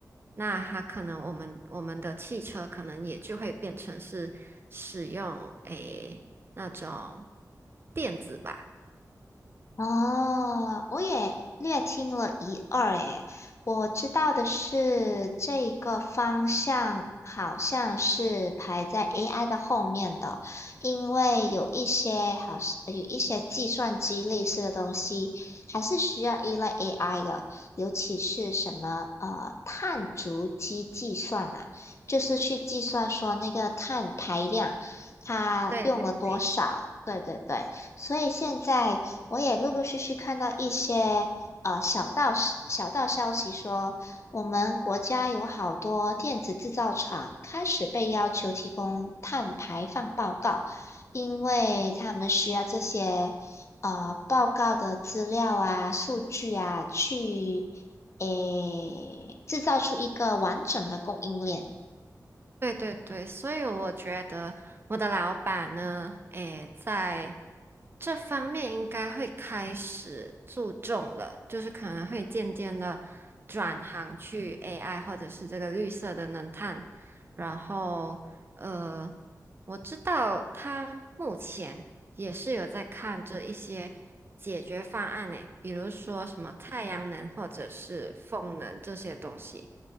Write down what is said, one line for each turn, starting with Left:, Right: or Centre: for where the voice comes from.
Right: 那他可能我们我们的汽车可能也就会变成是使用诶那种电子吧。
Left: 哦，我也略听了一二诶，我知道的是这个方向好像是排在 AI 的后面的，因为有一些好像有一些计算机类似的东西还是需要依赖 AI 的，尤其是什么呃碳足迹计算啊，就是去计算说那个碳排量它用了多少，
Right: 对对对，
Left: 对对对。所以现在我也陆陆续续看到一些呃小道小道消息说，我们国家有好多电子制造厂开始被要求提供碳排放报告，因为他们需要这些呃报告的资料啊、数据啊，去诶制造出一个完整的供应链。
Right: 对对对，所以我觉得我的老板呢，诶，在这方面应该会开始注重了，就是可能会渐渐的转行去 AI 或者是这个绿色的能探，然后呃，我知道他目前也是有在看这一些解决方案呢，比如说什么太阳能或者是风能这些东西。